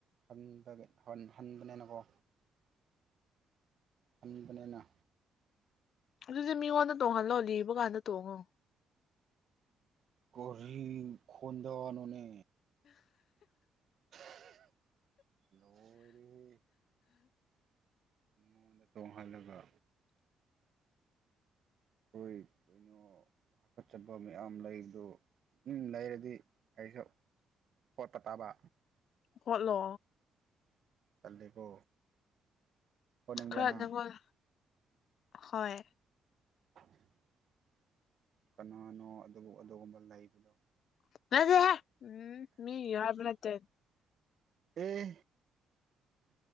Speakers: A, on the right (about 60°); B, on the left (about 65°).
A: ꯍꯟꯗ ꯍꯟꯕꯅꯤꯅꯀꯣ ꯍꯟꯕꯅꯤꯅ
B: ꯑꯗꯨꯗꯤ ꯃꯤꯉꯣꯟꯗ ꯇꯣꯡꯍꯜꯂꯣ ꯂꯤꯕ ꯀꯥꯟꯗ ꯇꯣꯡꯉꯣ
A: ꯀꯔꯤ ꯈꯣꯟꯗꯥꯥ ꯅꯣꯅꯦ ꯍꯥꯍ ꯂꯣꯏꯔꯦꯍꯦ ꯃꯤꯉꯣꯟꯗ ꯇꯣꯡꯍꯜꯂꯒ ꯈꯣꯏ ꯀꯩꯅꯣ ꯍꯥꯀꯠꯆꯥꯕ ꯃꯌꯥꯝ ꯂꯩꯕꯗꯣ ꯎꯝ ꯂꯩꯔꯗꯤ ꯑꯩꯁꯨ ꯍꯣꯠꯄ ꯇꯥꯕ
B: ꯍꯣꯠꯂꯣ
A: ꯇꯜꯂꯦꯀꯣ ꯍꯣꯠꯅꯤꯡꯕ꯭ꯔꯥ
B: ꯈꯥꯔ
A: ꯅꯪ
B: ꯑꯗꯨꯝ ꯍꯣꯠ ꯍꯣꯏ
A: <inaudible> ꯀꯅꯥꯅꯣ ꯑꯗꯨꯕꯨ ꯑꯗꯨꯒꯨꯝꯕ ꯂꯩꯕꯗꯣ
B: ꯂꯩꯇꯦꯍꯦ ꯎꯝ ꯃꯤꯒꯤ ꯍꯥꯏꯕ ꯅꯠꯇꯦ
A: ꯑꯦ